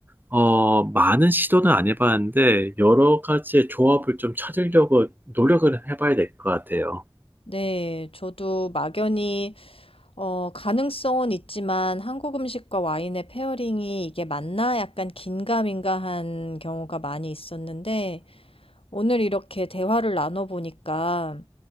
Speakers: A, on the right (about 20°); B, on the left (about 80°).
A: 어, 많은 시도는 안 해봤는데, 여러 가지의 조합을 좀 찾으려고 노력을 해봐야 될 것 같아요.
B: 네, 저도 막연히 어, 가능성은 있지만 한국 음식과 와인의 페어링이 이게 맞나 약간 긴가민가한 경우가 많이 있었는데 오늘 이렇게 대화를 나눠보니까